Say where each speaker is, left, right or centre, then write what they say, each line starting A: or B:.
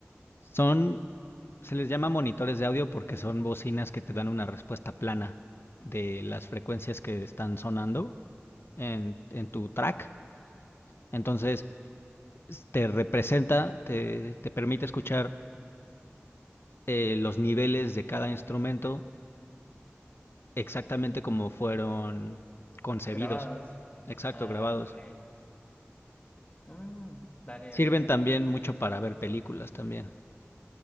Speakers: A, on the left; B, on the left.
A: Son, se les llama monitores de audio porque son bocinas que te dan una respuesta plana de las frecuencias que están sonando en, en tu track. Entonces, s- te representa, te, te permite escuchar eh, los niveles de cada instrumento exactamente como fueron concebidos,
B: grabados?
A: exacto,
B: Ah,
A: grabados.
B: ok. Mm, dale,
A: Sirven
B: breve.
A: también mucho para ver películas también.